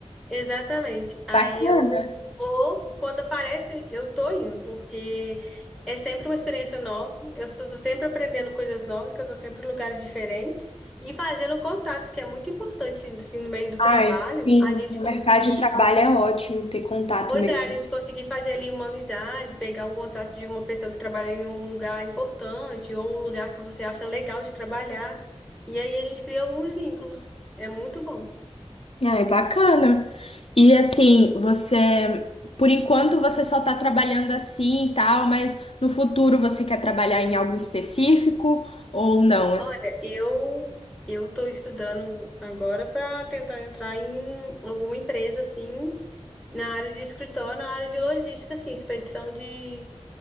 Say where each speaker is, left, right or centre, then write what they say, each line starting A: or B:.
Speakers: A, in the centre; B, on the left (about 60°).
A: Exatamente. Aí
B: Bacana.
A: eu vou, quando aparece, eu tô indo, porque é sempre uma experiência nova. Eu estou sempre aprendendo coisas novas, que eu tô sempre em lugares diferentes e fazendo contatos, que é muito importante, assim, no meio do
B: Ai,
A: trabalho,
B: sim,
A: a gente
B: no
A: conseguir,
B: mercado de trabalho é ótimo ter contato
A: pois
B: mesmo.
A: é, a gente conseguir fazer ali uma amizade, pegar um contato de uma pessoa que trabalha em um lugar importante ou um lugar que você acha legal de trabalhar. E aí a gente cria alguns vínculos. É muito bom.
B: Ai, bacana. E assim, você, por enquanto você só tá trabalhando assim e tal, mas no futuro você quer trabalhar em algo específico ou não, assim?
A: Olha, eu eu estou estudando agora para tentar entrar em alguma empresa assim na área de escritório, na área de logística, assim, expedição de,